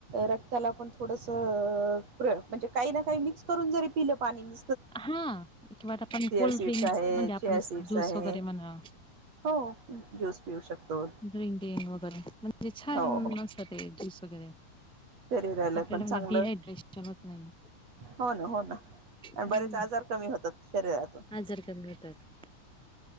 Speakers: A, on the right; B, in the centre.
A: रक् क्ताला पण थोडंसं अ प्रयोग म्हणजे काही ना काही मिक्स करून जरी पिलं पाणी मि
B: हा. किंवा आपण कोल्ड्रिंक्स
A: सीड्स आहे
B: म्हणजे आपण
A: चिया सीड्स
B: ज्यूस
A: आहे
B: वगैरे म्हणा
A: हो ज्यूस पिऊ शकतो
B: ड्रंकिंग वगैरे म्हणा छान
A: हो
B: <unintelligible>
A: हो
B: मग ज्युस वगैरे
A: शरीराला
B: आपल्याला
A: पण चांगलं
B: म्हणजे डिहायड्रेशन होत नाही.
A: हो ना हो ना आणि
B: हं,
A: बरेच आजार कमी होतात. शरीरात
B: आजार कमी होतात,